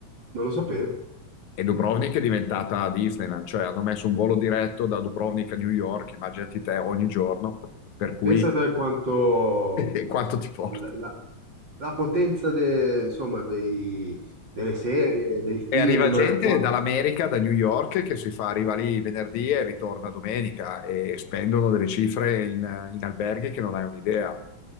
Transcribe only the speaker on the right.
non lo sapevo.
Pensate quanto
la, la- la potenza de- insomma, dei- delle serie, dei film.
qua-